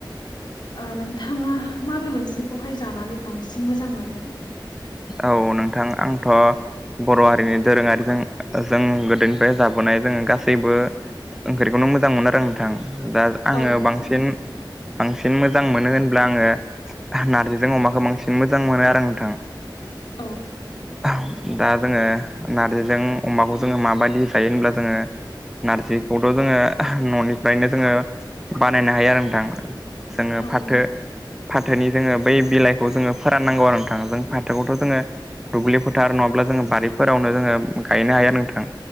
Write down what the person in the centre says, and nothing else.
औ नोंथां आंथ' बर' हारिनि दोरोङारिजों। जों गोदोनिफ्राय जाबोनाय जोङो गासैबो ओंख्रिखौनो मोजां मोनो आरो नोंथां दा। आङो
बांसिन। बांसिन मोजां मोनो होनब्ला आङो नारजिजों अमाखौ बांसिन मोजां मोनो आरो नोंथां।
औ। दा जोङो नारजिजों अमाखौ जोङो माबायदि जायो होनब्ला जोङो। नारजिखौथ' जोङो न'निफ्रायनो जोङो बानायनो हायो आरो नोंथां। जोङो
फाथो
फाथोनि जोङो बै बिलाइखौ जोङो फोराननांगौ आरो नोंथाङा जों। फाथोखौथ' जोङो दुब्लि फोथार नङाब्ला जोङो बारिफोरावनो जोङो गायनो हाया नोंथां।